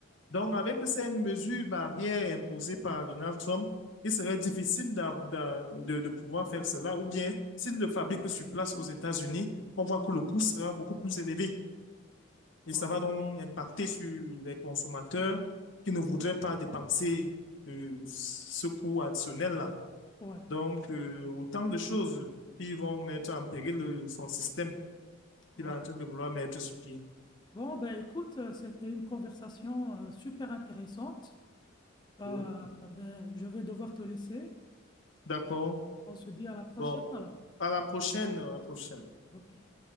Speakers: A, on the left; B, on the left.
A: Donc, avec ces mesures barrières imposées par Donald Trump, il serait difficile d'av- d'a- de, de pouvoir faire cela. Ou bien, s'il le fabrique sur place aux États-Unis, on voit que le coût sera beaucoup plus élevé. Et
B: Ouais,
A: ça va donc impacter sur les consommateurs qui ne voudraient pas dépenser euh, ce coût additionnel-là.
B: ouais,
A: Donc, euh, autant de choses qui vont mettre en péril le- son système
B: ouais.
A: qu'il est en train de vouloir mettre sur pied.
B: Bon, ben écoute, euh, c'était une conversation euh, super intéressante. Euh,
A: Oui.
B: ben, je vais devoir te laisser. Et
A: D'accord.
B: on se dit à la prochaine
A: Bon,
B: alors.
A: à la prochaine, à la prochaine.
B: OK.